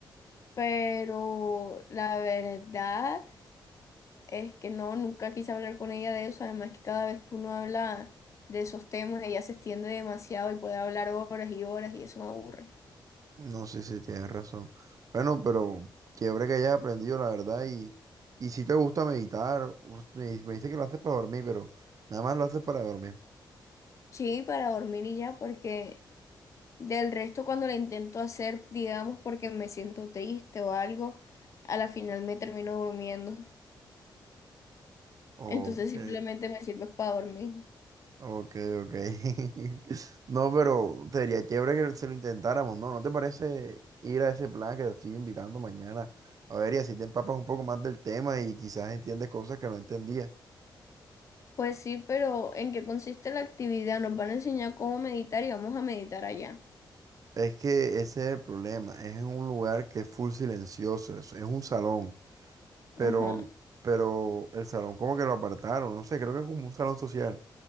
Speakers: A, on the left; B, on the right.
A: pero la verdad... Es que no, nunca quise hablar con ella de eso, además que cada vez que uno habla de esos temas, ella se extiende demasiado y puede hablar horas y horas y eso me aburre.
B: No sé si tienes razón. Bueno, pero chévere que hayas aprendido, la verdad. Y, y si te gusta meditar, us- me, me dice que lo haces para dormir, pero nada más lo haces para dormir.
A: Sí, para dormir y ya, porque del resto cuando la intento hacer, digamos, porque me siento triste o algo, a la final me termino durmiendo.
B: Ok.
A: Entonces simplemente me sirve para dormir.
B: Ok, ok. <laughs> No, pero sería chévere que se lo intentáramos, ¿no? ¿No te parece ir a ese plan que te estoy invitando mañana? A ver, y así te empapas un poco más del tema y quizás entiendes cosas que no entendía.
A: Pues sí, pero ¿en qué consiste la actividad? Nos van a enseñar cómo meditar y vamos a meditar allá.
B: Es que ese es el problema. Es en un lugar que es full silencioso. Es, es un salón, pero,
A: Ajá,
B: pero el salón como que lo apartaron. No sé, creo que es como un salón social.